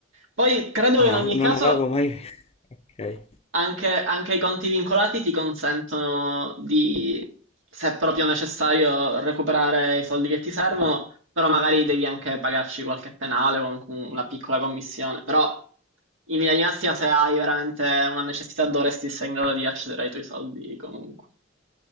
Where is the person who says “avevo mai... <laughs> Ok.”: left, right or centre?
Left